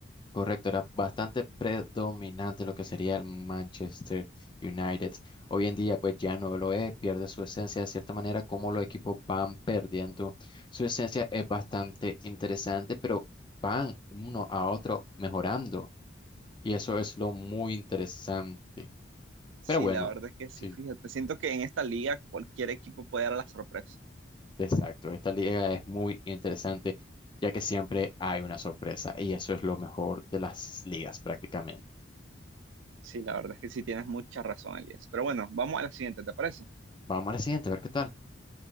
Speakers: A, on the left; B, on the right.
A: Correcto, era bastante predominante lo que sería el Manchester United. Hoy en día, pues ya no lo es, pierde su esencia. De cierta manera, como los equipos van perdiendo su esencia es bastante interesante, pero van uno a otro mejorando. Y eso es lo muy interesante.
B: Sí,
A: Pero bueno,
B: la verdad es que sí,
A: sí,
B: fíjate, siento que en esta liga cualquier equipo puede dar la sorpresa.
A: exacto. Esta liga es muy interesante, ya que siempre hay una sorpresa. Y eso es lo mejor de las ligas prácticamente.
B: Sí, la verdad es que sí tienes mucha razón, Elías. Pero bueno, vamos a la siguiente, ¿te parece?
A: Vamos a la siguiente, a ver qué tal.